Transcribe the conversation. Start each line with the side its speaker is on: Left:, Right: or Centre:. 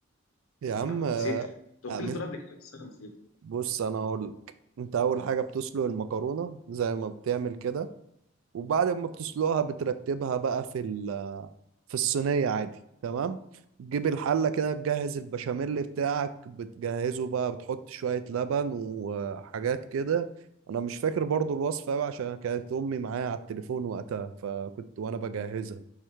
Left: السريع
Right: يا عم
Left: انا
Right: آه،
Left: نسيتها انت قلت
Right: آه، مش-
Left: لي الطريقه قبل كده بس انا نسيتها
Right: بص انا اقول لك انت اول حاجة بتسلق المكرونة زي ما بتعمل كده وبعد ما بتسلقها بترتبها بقى في ال- في الصينية عادي تمام تجيب الحلة كده تجهز البشاميل بتاعك بتجهزه بقى بتحط شوية لبن وحاجات كده أنا مش فاكر برضو الوصفة أوي عشان كانت أمي معايا على التليفون وقتها فكنت وأنا بجهزها